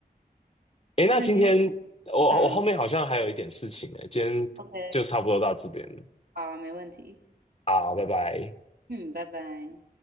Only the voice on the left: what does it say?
诶，那今天
我我后面好像还有一点事情诶，
今天就差不多到这边了。
好，拜拜。